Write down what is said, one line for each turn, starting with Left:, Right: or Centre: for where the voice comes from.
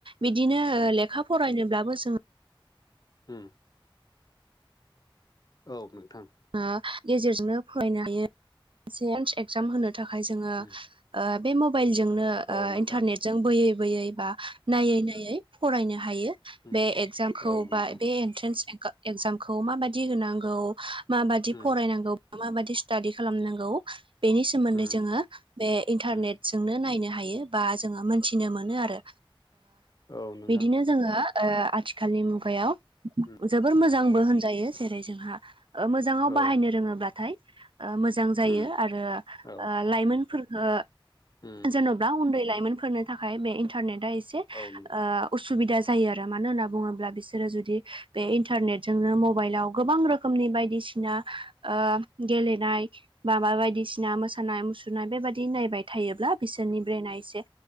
Right: बिदिनो
Left: औ
Right: लेखा फरायनोब्लाबो जों
Left: उम औ नोंथां।
Right: ओ गेजेरजोंनो फरायनो हायो <unintelligible> एक्जाम होनो थाखाय जोङो
Left: उम
Right: बे मबाइलजोंनो ओ
Left: औ नोंथां
Right: इन्टारनेट जों बोयै बोयै बा नायै नायै फरायनो हायो।
Left: उम
Right: बे एक्जामखौ
Left: औ नोंथां
Right: बा बे एन्ट्रेन्स एक्जामखौ माबादि होनांगौ। माबादि
Left: उम
Right: फरायनांगौ माबादि स्टाादि खालामनांगौ बेनि सोमोन्दै
Left: उम
Right: जोङो बे इन्टारनेटजोंनो
Left: उम
Right: नायनो हायो बा जोङो मोनथिनो मोनो आरो
Left: औ नोंथां
Right: बिदिनो जोङो ओ आथिखालनि मुगायाव
Left: उम
Right: जोबोर मोजांबो होनजायो। जेरै जोंहा मोजाङाव
Left: औ
Right: बाहायनो रोङोब्लाथाय ओ मोजां जायो
Left: उम
Right: आरो
Left: औ
Right: ओ लाइमोनफोरखो
Left: उम
Right: होनोब्ला उन्दै लाइमोनफोरनो थाखाय बे इन्टारनेटआ एसे
Left: औ नों औ
Right: असुबिदा जायो आरो मानो होनना बुङोब्ला बिसोरो जुदि बे इन्टारनेटजोंनो मबाइलाव गोबां रोखोमनि बाय बिसिना ओ गेलेनाय बाबा बायदिसिना मोसानाय मुसुरनाय बेबायदि नायबाय थायोब्ला बिसोरनि ब्रेेनआ एसे